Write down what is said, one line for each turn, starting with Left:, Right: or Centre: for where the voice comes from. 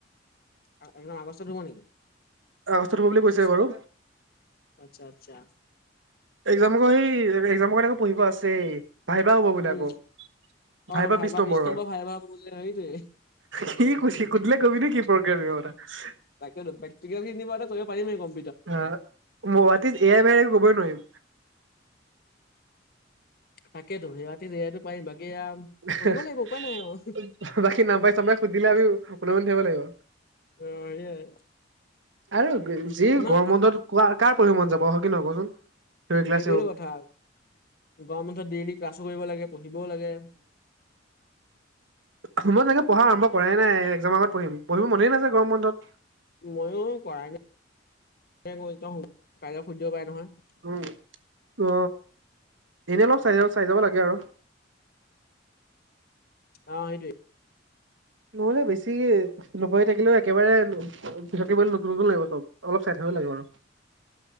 Left: এ একজাম আগষ্টত হব নেকি?
Right: আগষ্টত হব বুলি কৈছে
Left: আচ্ছা
Right: বাৰু।
Left: আচ্ছা আচ্ছা।
Right: একজাম'ক সেই একজামৰ কাৰনে আকৌ পঢ়িব আছেই, ভাইবা হ'ব বোলে
Left: উম
Right: আকৌ।
Left: অ
Right: ভাইবা বিশ নম্বৰৰ,
Left: নম্বৰ ভাইবা হ'ব বোলে সেইটোৱে
Right: কি কৈছি সুধিলে কবি নেকি প্ৰগ্ৰেম এটা। উ। <unintelligible>
Left: তাকেতো প্ৰেক্টিকেল কিনিবা এটা কৰিব পাৰিমে কম
Right: আ গুৱাহাটীত এয়ামে কবই নোৱাৰিম।
Left: থাকেতো সিহঁতি যিহেতো পাৰিম বাকী এয়া
Right: এহে
Left: পঢ়িব
Right: হে
Left: লাগিব উপায় নাই আৰু অ
Right: বাকী নাপাই-চাবাই সুধিলে আমি উলমনি থাকিব লাগিব।
Left: অ সেয়াই।
Right: আৰু যি
Left: ইমান
Right: গৰম বন্ধত কোৱা কাৰ পঢ়িব মন যাব হয় কি নহয় কচোন? থিয়ৰী ক্লাছ
Left: সেইটোয়েটো কথা, গৰম বন্ধত ডেইলি ক্লাছো কৰিব লাগে, পঢ়িবও লাগে।
Right: হ মই চাগে পঢ়া আৰম্ভ কৰাই নাই, একজাম আগত পঢ়িম, পঢ়িব মনেই নাযায় গৰম বন্ধত।
Left: ময়ো কৰাই নাই কক <inaudible> সুধিব পাৰে নহয়।
Right: উম অ এনেই অলপ চাইযাও চাই যাব লাগে আৰু।
Left: অ সেইটোৱে।
Right: নহলে বেছি নপঢ়ি থাকিলেও একেবাৰে থাকিবলে নতুন নতুন লাগিব চব অলপ চাই থাকিব লাগে আৰু।